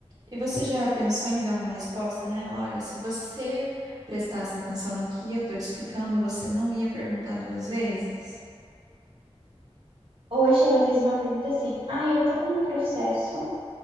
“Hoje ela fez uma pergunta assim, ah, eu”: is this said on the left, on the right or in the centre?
Right